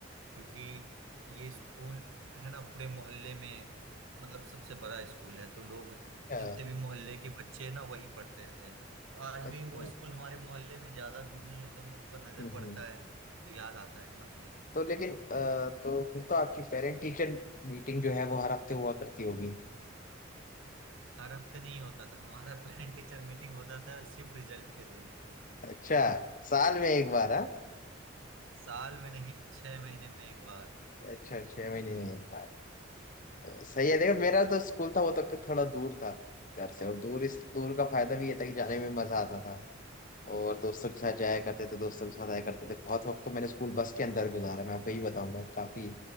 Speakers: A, on the right (about 80°); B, on the left (about 45°).
A: क्योंकि ये स्कूल है ना पूरे मोहल्ले में मतलब सबसे बड़ा स्कूल है तो लोग जितने
B: अ,
A: भी मोहल्ले के बच्चे हैं ना वहीं पढ़ते थे तो आज
B: अच्छा
A: भी वो स्कूल हमारे मोहल्ले में ज्यादा दूर नहीं है तो हम लोग पर नजर
B: हम्म
A: पड़ता
B: हम्म।
A: है तो याद आता है काफी
B: तो लेकिन अ, तो फिर तो आपकी पेरेंट टीचर मीटिंग जो है वो हर हफ्ते हुआ करती होगी
A: हर हफ्ते नहीं होता था हमारा <laughs> पेरेंट टीचर मीटिंग होता था सिर्फ रिजल्ट के दिन
B: अच्छा
A: <laughs>
B: साल में एक बार हाँ
A: साल में नहीं छह महीने में एक बार
B: अच्छा छह महीने में एक बार अ, सही है देखो मेरा तो स्कूल था वो तो थोड़ा दूर था घर से और दूर इस दूर का फायदा भी ये था कि जाने में मजा आता था और दोस्तों के साथ जाया करते थे दोस्तों के साथ आया करते थे बहुत वक्त तो मैंने स्कूल बस के अंदर गुजारा है, मैं आपको यही बताऊंगा काफी